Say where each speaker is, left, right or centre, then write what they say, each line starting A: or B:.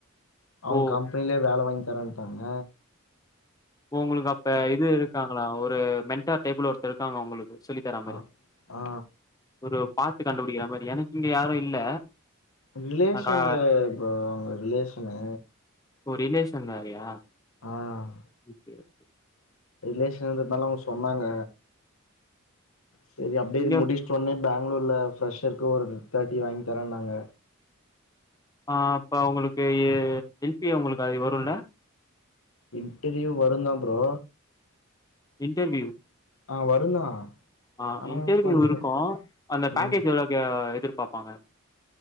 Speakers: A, on the left (about 85°); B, on the left (about 15°).
A: அவுங்க
B: ஓ!
A: கம்பெனியிலே வேலை வாங்கி தர்ரன்ட்டாங்க
B: உங்குளுக்கு அப்ப இது இருக்காங்களா ஒரு மென் சார் டேபிள்ல ஒருத்தர் இருக்காங்க அவுங்களுக்கு சொல்லித்தர மாதிரி
A: ஆ ஆ
B: ஒரு பாட்டு கண்டுபிடிக்கிற மாதிரி எனக்கு இங்க யாரு இல்ல
A: ரிலேஷன்ல
B: நான் கா
A: இப்ப அவுங்க ரிலேஷனு
B: ஓ ரிலேஷன் வேறயா
A: ஆஹ்
B: ஓகே ஓகே
A: ரிலேஷன்றதுனால அவுங்க சொன்னாங்க சேரி அப்படியே
B: இங்க
A: முடிவு பண்ணி பெங்களூர்ல ப்ரெஷருக்கு ஒரு தேர்ட்டி வாங்கி தாரேன்னாங்க
B: ஆ இப்ப உங்குளுக்கு <unintelligible> அது வருல
A: இன்டர்வியூ வரும் தான் ப்ரோ
B: இன்டர்வியூ
A: ஆ வருந்தா
B: ஆஹ்
A: ஆனா
B: இன்டர்வியூ
A: கொஞ்சோ
B: இருக்கும் அந்த பேக்கேஜ்
A: ம்
B: எவ்ளவு எதிர் பாப்பாங்க